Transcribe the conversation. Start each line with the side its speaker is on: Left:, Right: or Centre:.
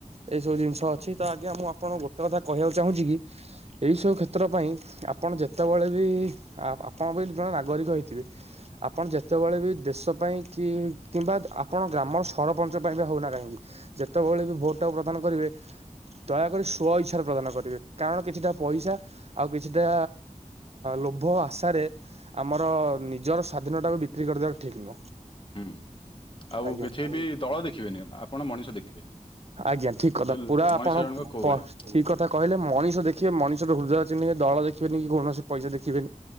Right: ଏଇ ସବୁ ଜିନିଷ ଅଛି ତ ଆଜ୍ଞା ମୁଁ ଆପଣଙ୍କୁ ଗୋଟେ କଥା କହିବାକୁ ଚାହୁଁଛି କି ଏଇସବୁ କ୍ଷେତ୍ର ପାଇଁ ଆପଣ ଯେତେବେଳେ ବି ଆପଣ ବି ଜଣେ ନାଗରିକ ହେଇଥିବେ ଆପଣ ଯେତେବେଳେ ବି ଦେଶ ପାଇଁ କି କିମ୍ବା ଆପଣ ଗ୍ରାମ ସରପଞ୍ଚ ପାଇଁ ବି ହେଉନା କାହିଁକି ଯେତେବେଳେ ବି ଭୋଟ ଟାକୁ ପ୍ରଦାନ କରିବେ ଦୟାକରି ସୋ ଇଚ୍ଛାରେ ପ୍ରଦାନ କରିବେ କାରଣ କିଛିଟା ପଇସା ଆଉ କିଛିଟା ଲୋଭ ଆଶାରେ ଆମର ନିଜର ସ୍ୱାଧୀନଟାକୁ ବିକ୍ରି କରିଦେବାର ଠିକ୍ ନୁହଁ।
Left: ହୁଁ। ଆଉ
Right: ଆଜ୍ଞା
Left: କିଛି
Right: ଆ
Left: ବି ଦଳ ଦେଖିବେନି ଆପଣ ମଣିଷ ଦେଖିବେ
Right: ଆଜ୍ଞା ଠିକ। କଲା
Left: ଯେ
Right: ପୁରା ଆପଣ
Left: ମଣିଷ ଜଣକ କୋଉ ଭଳି
Right: ଠିକ କଥା କହିଲେ ମଣିଷ ଦେଖିବେ ମଣିଷର ହୃଦୟ ଚିହ୍ନେ ଦଳ ଦେଖିବେନି କି କୌଣସି ପଇସା ଦେଖିବେନି।